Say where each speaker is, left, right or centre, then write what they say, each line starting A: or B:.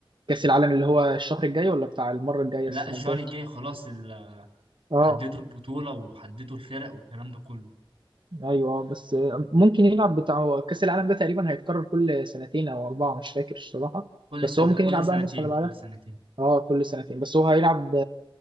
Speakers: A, on the right; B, on the right.
A: كأس العالم اللي هو الشهر الجاي ولا بتاع المرة الجاية
B: لا
A: السنة
B: الشهر
A: الجاية
B: الجاي خلاص ال-
A: اه
B: حددوا البطولة وحددوا الفرق والكلام ده كله
A: ايوه آه، بس آه، ممكن يلعب بتاع هو كأس العالم ده تقريبا هيتكرر كل سنتين او اربعة مش فاكر الصراحة
B: كل
A: بس
B: سنة
A: هو ممكن
B: كل
A: يلعب
B: سنتين
A: بقى النسخة اللي بعدها
B: كل سنتين
A: اه كل سنتين بس هو هيلعب